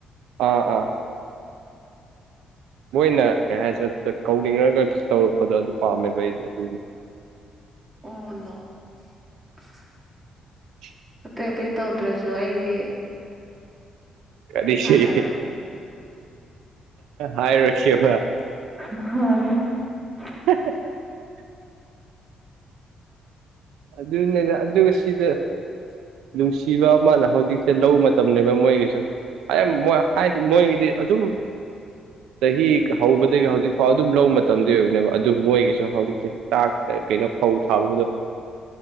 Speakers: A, on the right; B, on the right.
A: ꯑꯥ ꯑꯥ
B: <unintelligible> <inaudible>
A: ꯃꯣꯏꯅ ꯀꯩ ꯍꯥꯏꯁꯤꯦ ꯀꯧꯅꯤꯡꯉꯒ ꯇꯧꯔꯛꯄꯗꯣ ꯑꯗꯨ ꯄꯥꯝꯃꯦꯕ ꯑꯩꯗꯤ ꯑꯗꯨꯏꯗꯤ
B: ꯑꯣꯂꯣ <inaudible>
A: <unintelligible> <inaudible>
B: ꯑꯇꯩ ꯑꯇꯩ ꯇꯧꯗ꯭ꯔꯁꯨ ꯑꯩꯗꯤ
A: ꯀꯔꯤꯁꯤ
B: ꯍꯥꯏꯦ
A: ꯍꯥꯏꯔꯣꯏꯁꯦꯕ
B: <unintelligible> <inaudible> ꯍꯣꯏ <unintelligible> <inaudible>
A: <unintelligible> <inaudible> ꯑꯗꯨꯅ ꯑꯗꯨꯗ ꯀꯁꯤꯗ ꯅꯨꯡꯁꯤꯕ ꯑꯃꯅ ꯍꯧꯖꯤꯛꯁꯦ ꯂ ꯃꯇꯝꯅꯦꯕ ꯃꯣꯏꯒꯤꯁꯨ ꯃꯣꯏ ꯍꯥꯏꯗꯤ ꯃꯣꯏꯒꯤꯗꯤ ꯑꯗꯨꯝ ꯆꯍꯤ ꯍꯧꯕꯒ ꯍꯧꯖꯤꯛ ꯐꯥꯎ ꯑꯗꯨꯝ ꯂꯧꯕ ꯃꯇꯝꯗꯨ ꯑꯣꯏꯕꯅꯦꯕ ꯑꯗꯨ ꯃꯣꯏꯒꯤꯁꯨ ꯍꯧꯖꯤꯛꯁꯦ ꯆꯥꯛ ꯀꯩꯅꯣ ꯐꯧ ꯁꯥꯕꯕꯗꯣ